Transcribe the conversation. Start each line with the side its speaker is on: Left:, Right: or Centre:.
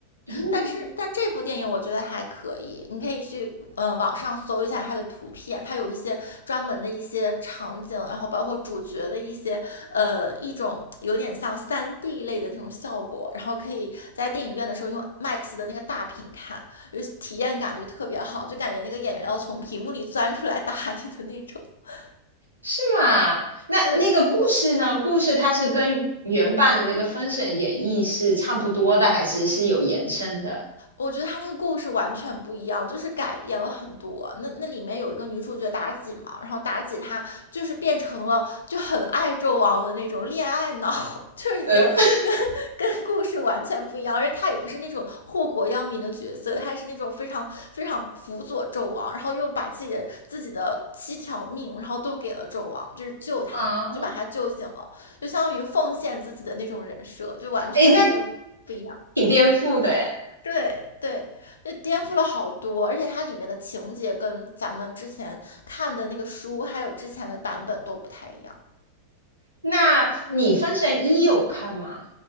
Right: <laughs>
Left: 但是但这部电影我觉得还可以，你可以去嗯、呃网上搜一下它的图片，它有一些专门的一些场景，然后包括主角的一些呃一种有点像三 d 类的那种效果，然后可以在电影院的时候用 MAX 的那个大屏看，就是体验感就特别好，就感觉那个演员要从屏幕里钻出来打你的那种。<laughs>
Right: 是吗？那那个故事呢？
Left: 对，
Right: 故事它是跟原版的那个《封神演义》是差不多的，还是是有延伸的？
Left: 我觉得他那个故事完全不一样，就是改变了很多。那那里面有一个女主角妲己嘛，然后妲己她就是变成了就很爱纣王的那种恋爱脑，<laughs> 就是已经跟跟故事完全不一样，
Right: 呃，<laughs>
Left: 而且她也不是那种祸国殃民的角色，她是那种非常非常辅佐纣王，然后又把自己的自己的七条命，然后都给了纣王，就是救他们，
Right: 啊，
Left: 就把他救醒了，就相当于奉献自己的那种人设，就完全跟不一样。
Right: 哎，那挺颠覆的哎。
Left: 对对，就颠覆了好多，而且它里面的情节跟咱们之前看的那个书，还有之前的版本都不太一样。
Right: 那你《封神一》有看吗？